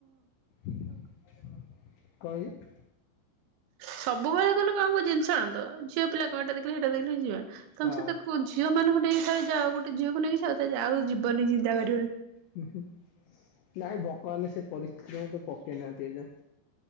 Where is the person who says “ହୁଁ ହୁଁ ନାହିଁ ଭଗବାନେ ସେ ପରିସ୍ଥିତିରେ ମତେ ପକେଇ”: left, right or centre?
Left